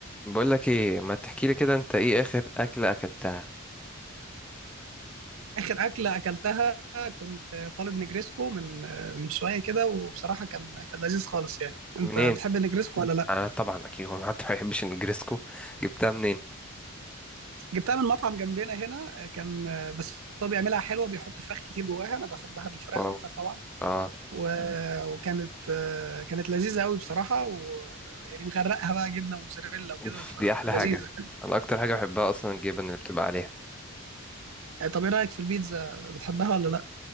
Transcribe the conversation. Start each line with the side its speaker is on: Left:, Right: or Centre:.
Centre: بقول لك ايه ما تحكي لي كده انت ايه اخر اكله اكلتها
Right: اخر اكله اكلتها كنت طالب نجريسكو من من شويه كده وبصراحه كان كان لذيذ خالص يعني انت
Centre: منين
Right: بتحب النجريسكو ولا لا
Centre: انا طبعا اكيد هو حد <laughs> ما يحبش النجريسكو جبتها منين
Right: جبتها من مطعم جنبنا هنا كان بس هو بيعملها حلوه بيحط فراخ كتير جواها انا بحبها بالفراخ
Centre: واو
Right: اكتر طبعا
Centre: اه
Right: و... وكانت كانت لذيذه قوي بصراحه و... يعني مغرقها بقى جبنه موتزاريلا وكده
Centre: اوف
Right: فلذيذه
Centre: دي احلى حاجه انا اكتر حاجه بحبها اصلا الجبن اللي بتبقى عليها
Right: طب ايه رايك في البيتزا بتحبها ولا لا